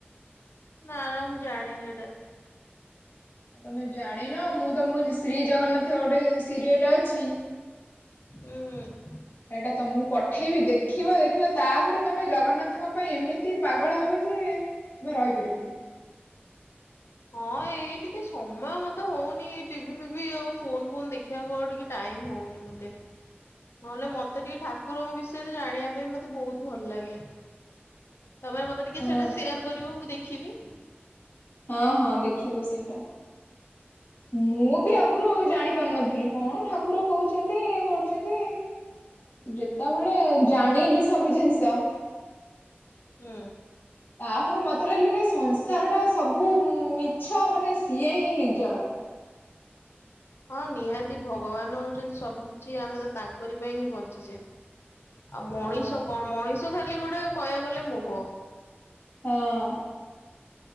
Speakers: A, on the left; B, on the left.
A: ନା ନା ମୁଁ ଜାଣିନି ଏଟା।
B: ତମେ ଜାଣିନ ମୁଁ ତମ ଶ୍ରୀ ଜଗନ୍ନାଥ ଗୋଟେ ସିରିଏଲ୍ ଅଛି।
A: ଉଁ ହୁଁ।
B: ସେଇଟା ତମକୁ ପଠେଇବି ଦେଖିବ-ଦେଖିବ ତାପରେ ତମେ ଜଗନ୍ନାଥଙ୍କ ପାଇଁ ଏମିତି ପାଗଳ ହବ ଯେ। ତମେ ରହିପାରିବନି।
A: ହଁ ଏଇ ଟିକେ ସମୟ ମତେ ହଉନି ଟିଭି ଫିଭି ଆଉ ଫୋନ ଫୋନ ଦେଖି ଦେଖିବାକୁ ଆଉ ଟିକେ ଟାଇମ୍ ହଉନି ମୋତେ। ନହେଲେ ମତେ ଟିକେ ଠାକୁରଙ୍କ ବିଷୟରେ ଜାଣିବା ପାଇଁ ମତେ ବହୁତ ଭଲ ଲାଗେ। ତମେ ମତେ ଟିକେ
B: ହଁ
A: ସେଇଟା ସେୟାର କରିବୁ ମୁଁ ଦେଖିବି।
B: ହଁ ହଁ ଦେଖିବା ସେଇଟା। ମୁଁ ବି ଆଗରୁ ଜାଣି ପାରୁନଥିଲି କଣ ଠାକୁର କହୁଛନ୍ତି ଇଏ କରୁଛନ୍ତି। ଯେତେବେଳେ ଜାଣିଲି ସବୁ ଜିନିଷ।
A: ହୁଁ।
B: ତାପରେ ମତେ ଲାଗିଲେ ନାଇଁ ସଂସାର ଟା ସବୁ ମିଛ ମାନେ ସିଏ ହିଁ ନିଜର।
A: ହଁ ନିହାତି ଭଗବାନ ହଉଛନ୍ତି ସବୁ କିଛି ଆମେ ତ ତାଙ୍କରି ପାଇଁ ହିଁ ବଞ୍ଚିଚେ। ଆଉ ମଣିଷ
B: ହଁ
A: କଣ ମଣିଷ ଖାଲି ଗୋଟେ କହିବାକୁ ଗଲେ ମୋହ।
B: ହଁ।